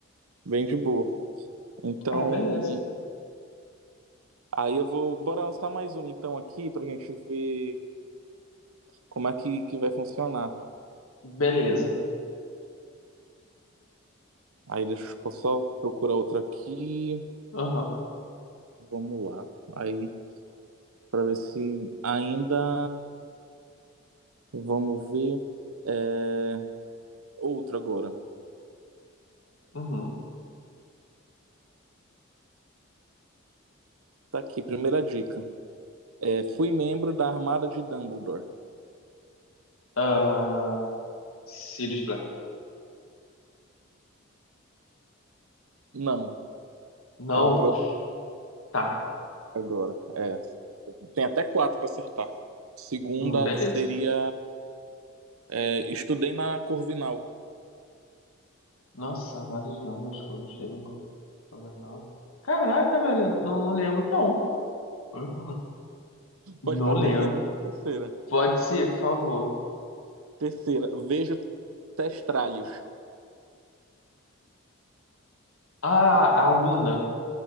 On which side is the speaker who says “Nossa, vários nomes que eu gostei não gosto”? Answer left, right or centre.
Left